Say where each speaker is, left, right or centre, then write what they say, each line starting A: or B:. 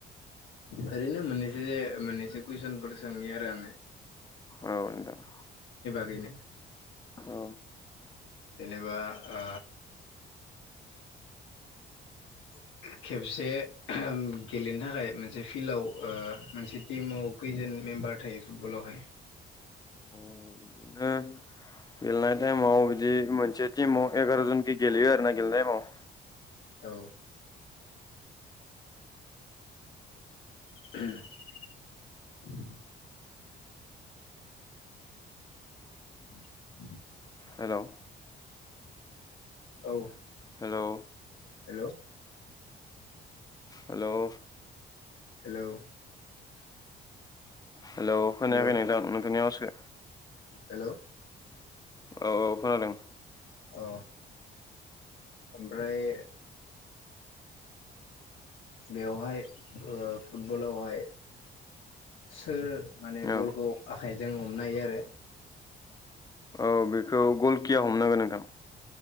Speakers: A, on the left; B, on the left.
A: ओरैनो मोननैसो जे मोननैसो कुइसनफोर सोंनि आरो आङो।
B: औ नोंथां।
A: बेनो।
B: औ।
A: जेनेबा ओ <inaudible> खेबसे गेलेनो थाखाय मोनसे फिल्डआव ओ मोनसे टिमाव खैजोन मेम्बार थायो फुटबलावहाय?
B: अ बिदिनो गेलेनाय टाइमाव बिदि मोनसे टिमाव एगार' जोनखि गेलेयो आरोना गेलेनाय टाइमाव।
A: औ। <inaudible> <inaudible>
B: हेलौ
A: औ।
B: Hello
A: hello
B: hello
A: hello
B: hello खोनायाखै
A: hello
B: नोंथां नोंथांनि आवासखो?
A: हेलौ
B: औ औ खोनादों।
A: औ ओमफ्राय बेवहाय ओ फुटबलावहाय सोर माने
B: औ
A: बलखौ आखाइजों हमनाय आरो
B: औ बेखौ गलकिया हमनांगोन नोंथां